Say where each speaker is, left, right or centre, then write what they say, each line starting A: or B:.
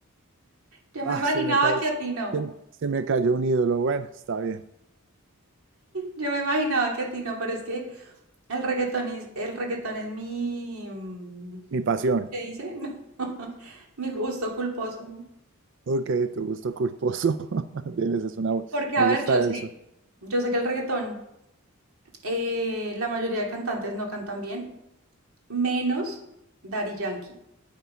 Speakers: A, on the right; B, on the right.
A: Yo
B: Ah,
A: me imaginaba
B: se me cayó,
A: que
B: se,
A: a ti no.
B: se me cayó un ídolo. Bueno, está bien.
A: Yo me imaginaba que a ti no, pero es que el reggaetón es, el reggaetón es mi, mm,
B: Mi pasión.
A: ¿cómo se dice? <laughs> No, Mi gusto culposo.
B: Ok, tu gusto culposo. <laughs> Bien, esa es una, bu-
A: Porque, a
B: me gusta
A: ver, yo sé,
B: eso.
A: yo sé que el reggaetón, eh, la mayoría de cantantes no cantan bien, menos Daddy Yankee.